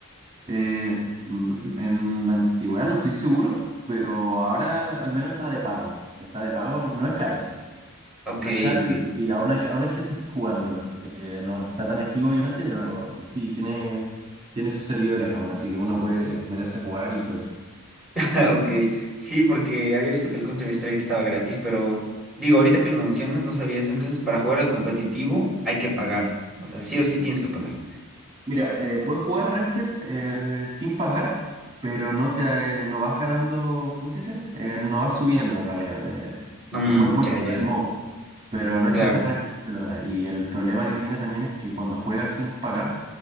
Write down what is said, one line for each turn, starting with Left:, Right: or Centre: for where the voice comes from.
Right: Eh, mm, en la antigüedad no estoy seguro, pero ahora al menos está de pago. Está de pago, no, no es caro, sí.
Centre: Ok,
Right: No es caro
Centre: ok.
Right: y, y aún hay, aún hay gente jugándolo. Eh, no está tan activo, obviamente, pero sí, tiene, tiene sus servidores aún, así que uno puede meterse a jugar y todo eso.
Centre: <laughs> Ok, sí, porque había visto que el Counter-Strike estaba gratis, pero digo, ahorita que lo mencionas, no sabía eso. Entonces, para jugar al competitivo hay que pagar. O sea, sí o sí tienes que pagar.
Right: Mira, eh, puedes jugar Ranked eh, sin pagar, pero no te no vas ganando, ¿cómo se dice? Eh, no vas subiendo en realidad. eh,
Centre: No, Mm,
Right: eh, puedes, puedes
Centre: ya,
Right: jugar
Centre: ya, ya.
Right: el modo. Pero no es
Centre: Claro,
Right: que esté rankeado de verdad. Y el problema que tiene también es que cuando juega sin pagar,